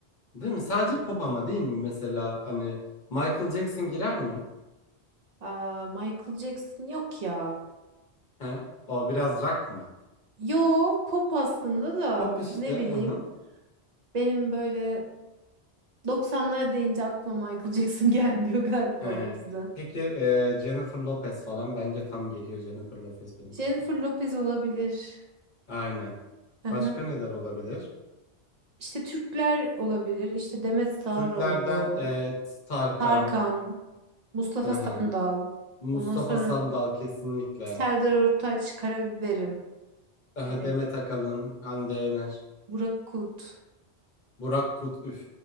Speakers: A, on the left; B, on the right.
A: Değil mi? Sadece pop ama değil mi? Mesela hani Michael Jackson girer mi?
B: Aa, Michael Jackson yok ya.
A: He? O biraz rock mı?
B: Yo pop aslında da
A: Pop işte.
B: ne
A: Hı
B: bileyim.
A: hı.
B: Benim böyle doksanlar deyince aklıma Michael Jackson <laughs> gelmiyor galiba
A: Ee,
B: o yüzden.
A: peki e, Jennifer Lopez falan bence tam geliyor Jennifer Lopez benim
B: Jennifer
A: aklıma.
B: Lopez olabilir.
A: Aynen.
B: Aha.
A: Başka neler olabilir?
B: İşte Türkler olabilir. İşte Demet Sağaroğlu,
A: Türklerden evet, Tarkan,
B: Tarkan, Mustafa
A: hı hı.
B: Sandal.
A: Mustafa
B: Ondan sonra
A: Sandal kesinlikle.
B: Serdar Ortaç, Karabiberim.
A: Aha,
B: Direkt.
A: Demet Akalın, Hande Yener,
B: Burak Kut.
A: Burak Kut, üf.